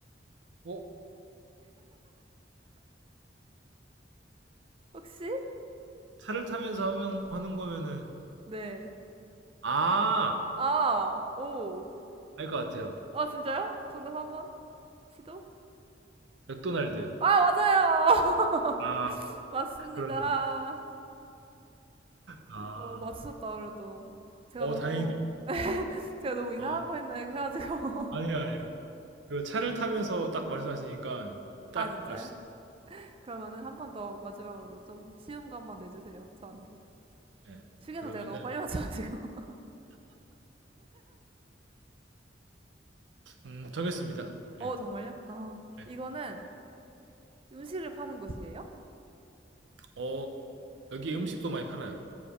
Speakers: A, on the right; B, on the right.
A: 어?
B: 혹시?
A: 차를 타면서 하면, 하는 거면은
B: 네.
A: 아!
B: 아, 오.
A: 알 것 같아요.
B: 아, 진짜요? 정답 한 번? 시도?
A: 맥도날드.
B: 아, 맞아요! <laughs>
A: 아,
B: 맞습니다.
A: 그러네요. 아.
B: 어, 맞추셨다, 그래도. 제가
A: 어,
B: 너무,
A: 다행이다.
B: 제가 너무 이상한
A: 아,
B: 거 했나 해가지고.
A: 아니에요,
B: <laughs>
A: 아니에요. 그 차를 타면서 딱 말씀하시니까 딱
B: 아, 진짜요?
A: 알 수
B: 그러면은 한 번 더 마지막으로 좀 쉬운 거 한번 내주세요, 저한테.
A: 있어요. 네.
B: 휴게소
A: 그러면은
B: 제가 너무 빨리 맞춰가지고.
A: 음, 정했습니다.
B: <laughs> 어,
A: 예.
B: 정말요? 어,
A: 예.
B: 이거는 음식을 파는 곳이에요?
A: 어, 여기 음식도 많이 팔아요.